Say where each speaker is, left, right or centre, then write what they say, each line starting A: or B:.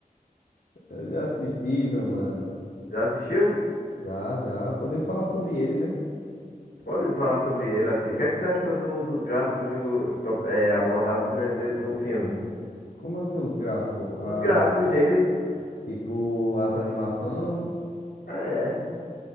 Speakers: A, on the left (about 65°); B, on the left (about 85°).
A: Eu já assisti, meu mano.
B: Já assistiu?
A: Já, já. Podemos falar sobre ele, né?
B: Podem falar sobre ele, assim. O que é que você achou do- dos gráficos do- top- é, abordados né, ne- no filme?
A: Como assim os gráficos? Ah,
B: Os gráficos
A: ah,
B: dele,
A: tipo, as animações.
B: é.